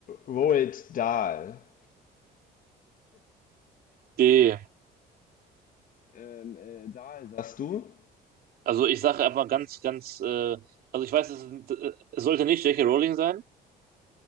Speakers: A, on the left; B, on the right.
A: Roald Dahl?
B: D.
A: Ähm, äh, Dahl sagst du?
B: Also ich sage einfach ganz, ganz, äh, also ich weiß, es, äh, es sollte nicht J. K. Rowling sein,